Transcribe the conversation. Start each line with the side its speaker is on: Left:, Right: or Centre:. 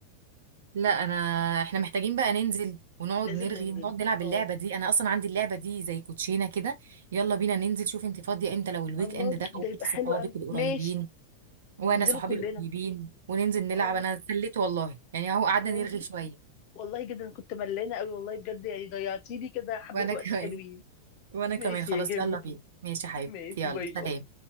Right: لا انا احنا محتاجين بقى ننزل ونقعد
Left: لازم
Right: نرغي
Left: ننزل
Right: ونقعد نلعب
Left: اه
Right: اللعبة دي انا اصلا عندي اللعبة دي زي كوتشينة كده يلا بينا ننزل شوف انت فاضية امتى لو الويك
Left: الله
Right: اند ده
Left: ده
Right: وجبتي
Left: يبقى حلو
Right: صحابك
Left: قوي
Right: القريبين
Left: ماشي
Right: وانا
Left: ننزله
Right: صحابي
Left: كلنا
Right: القريبين وننزل نلعب
Left: اه
Right: انا اتسليت والله يعني اهو قعدنا
Left: ننزل
Right: نرغي شوية
Left: والله جدا أنا كنت ملانة قوي والله بجد يعني ضيعتي لي كده حبة
Right: وانا
Left: وقت
Right: كمان
Left: حلوين
Right: وانا
Left: ماشي
Right: كمان خلاص
Left: يا جميل
Right: يلا بينا ماشي يا حبيبتي
Left: ماشي
Right: يلا
Left: باي باي
Right: سلام